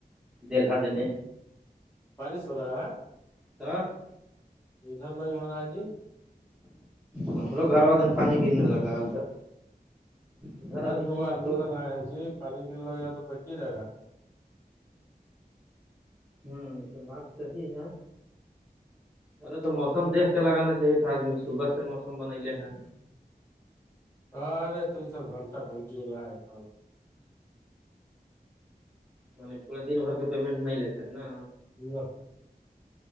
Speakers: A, in the centre; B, on the left.
A: دلہ دن <unintelligible> دینے
B: بارش ہورہا ہے
A: <inaudible>
B: ادھر نہیں ہو رہا ہے جی
A: ہم لو گھر والدن پانی گرنے لگا ہے ادھر ادھر
B: بائی
A: ابھی
B: دو
A: نہیں
B: آدمی
A: آپ لوگ
B: لگائے ہیں جی پانی کی لگے گا تو <inaudible> جائے گا
A: ہوں تو بات صحیح ہے ارے تو موسم دیکھ کے لگانا چاہیے تھا آدمی صبح سے موسم بنلے ہے
B: <inaudible>
A: ہاں پورا دن بھر کا پیمنٹ نہیں لیتا ہے نا
B: نہ